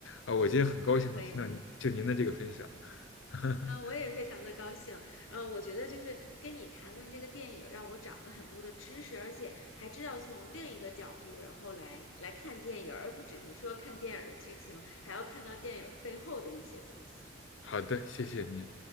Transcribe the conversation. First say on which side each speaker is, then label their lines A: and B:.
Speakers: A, on the left; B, on the left.
A: 啊、我今天很高兴能听到您就您的这个分享。
B: 嗯，可以的
A: <laughs>
B: 啊，我也非常的高兴。嗯，我觉得就是跟你谈论这个电影儿让我长了很多的知识，而且还知道从另一个角度，然后来来看电影儿，而不只是说看电影儿的剧情，还要看到电影儿背后的一些东西。
A: 好的，
B: 这样。
A: 谢谢您。